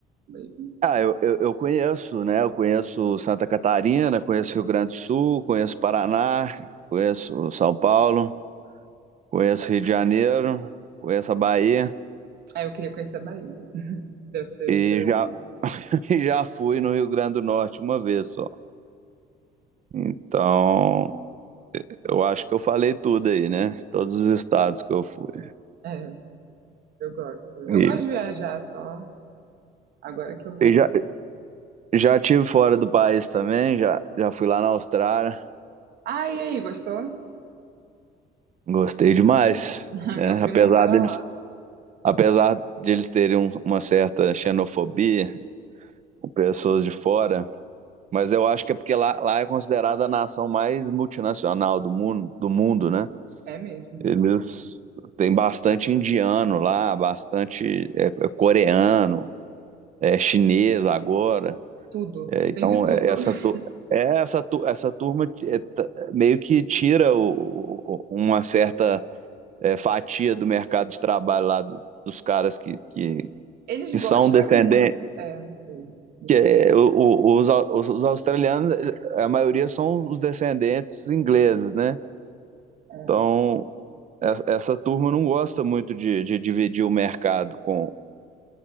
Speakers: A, on the right; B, on the right.
A: mesmo.
B: Ah, eu, eu, eu conheço, né? Eu conheço Santa Catarina, conheço Rio Grande do Sul, conheço Paraná, conheço São Paulo. Conheço Rio de Janeiro, conheço a Bahia
A: Aí eu queria conhecer a Bahia. <laughs> Deve ser
B: e
A: interessante.
B: já, <laughs> e já fui no Rio Grande do Norte uma vez só. Então, eu acho que eu falei tudo aí, né? Todos os estados que eu fui.
A: É, eu gosto. Eu
B: E,
A: gosto de viajar só agora que eu vou
B: e
A: passar.
B: já, já tive fora do país também, já, já fui lá na Austrália,
A: Ah, e aí, gostou?
B: gostei demais,
A: <laughs>
B: né?
A: Meu primo
B: Apesar
A: mora
B: deles,
A: lá.
B: apesar de eles terem um- uma certa xenofobia com pessoas de fora, mas eu acho que é porque lá, lá é considerada a nação mais multinacional do mundo, do mundo, né?
A: É mesmo.
B: Eles têm bastante indiano lá, bastante é, é, coreano, é, chinês agora.
A: Tudo.
B: É, então,
A: Tem de tudo.
B: é, essa,
A: <laughs>
B: tu- é, essa, tu- essa turma é, tá- meio que tira o- o- uma certa é, fatia do mercado de trabalho lá do- dos caras que, que,
A: Eles
B: que
A: gostam
B: são descendentes.
A: muito. É, não sei. Depende.
B: Que, é, o- o- os, au- os, os australianos, é, a maioria são os descendentes ingleses, né?
A: É.
B: Então, essa essa turma não gosta muito de, de dividir o mercado com